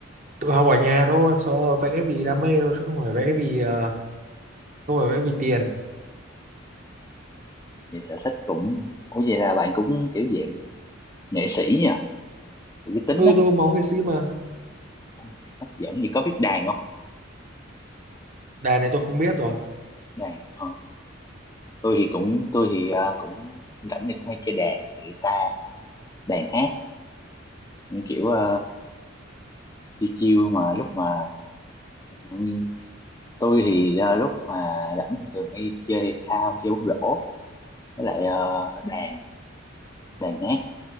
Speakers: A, on the right (about 40°); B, on the left (about 15°).
A: Tự học ở nhà thôi, so vẽ vì đam mê thôi chứ không phải vẽ vì ờ, không phải vẽ vì tiền.
B: Vậy sở thích cũng Ủa vậy là bạn cũng kiểu dạng nghệ sĩ nha, cái tính
A: Ừ,
B: á.
A: tôi có máu nghệ sĩ mà.
B: Ôi, hấp dẫn gì có biết đàn không
A: Đàn này tôi không biết rồi.
B: đàn ờ, tôi thì cũng tôi thì ờ, cũng rảnh thì cũng hay chơi đàn thì guitar đàn hát những kiểu ờ, chiêu chiêu mà lúc mà như tôi thì ờ, lúc mà rảnh thì thường hay chơi thể thao chơi bóng rổ với lại ờ, đàn đàn hát